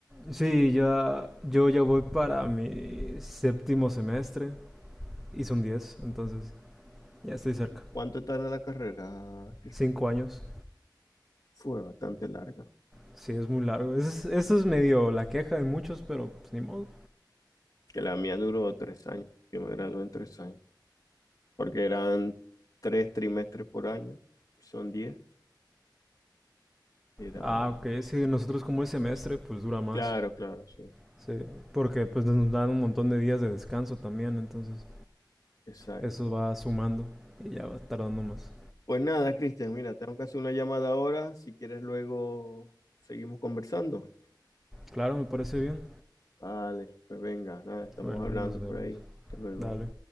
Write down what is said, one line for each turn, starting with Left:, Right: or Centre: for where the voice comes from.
Centre: Sí, ya, yo ya voy para mi séptimo semestre. Hice un 10, entonces ya estoy cerca.
Left: ¿Cuánto tarda la carrera? Cristian?
Centre: Cinco años.
Left: Fue bastante larga.
Centre: Sí, es muy largo. Eso es, eso es medio la queja de muchos, pero pues ni modo.
Left: que la mía duró tres años. Yo me gradué en tres años, porque eran tres trimestres por año, son diez. Eran,
Centre: Ah, ok. Sí, nosotros como el semestre, pues dura más.
Left: claro, claro, sí,
Centre: Sí, porque pues nos dan un montón de días de descanso también, entonces
Left: exacto.
Centre: eso va sumando y ya va tardando más.
Left: Pues nada, Cristian, mira, tengo que hacer una llamada ahora. Si quieres, luego seguimos conversando.
Centre: Claro, me parece bien.
Left: Vale, pues venga, nada, estamos
Centre: Bueno,
Left: hablando
Centre: y nos
Left: por
Centre: vemos.
Left: ahí. Hasta luego.
Centre: Dale.